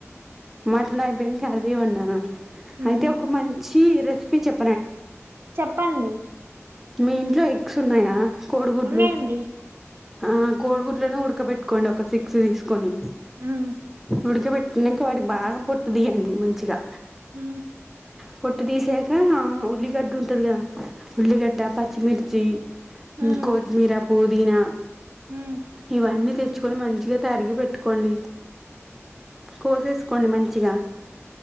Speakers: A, in the centre; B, on the right.
A: మాటన్ అయిపోయింది క్యాలీ ఇవాల్నా
B: ఉమ్
A: అయితే ఒక మంచి ఈ రెసిపీ చెప్
B: చెప్పండి
A: మీ ఇంట్లో ఎగ్స్ ఉన్నాయా కోడుగుడ్లు
B: ఉన్నాయండి
A: ఆ కోడుగుట్లను ఉడకబెటుకోండి ఒక సిక్స్ తీసు కొని
B: ఉమ్
A: ఉడిక పెట్టుకున్నాక వాడికి బాగా పొట్టుదియండి మంచిగా
B: హ
A: పొట్టు తీసాక ఉల్లిగడ్డ ఉంటది కదా ఉల్లిగడ్డ పచ్చిమిర్చి
B: ఉమ్
A: కొతిమీర పుది వినా
B: ఉమ్
A: ఇవని తె తెచ్చుకొని మంచిగా తరిగి పెట్టుకోండి కోసేసుకోండి మంచిగా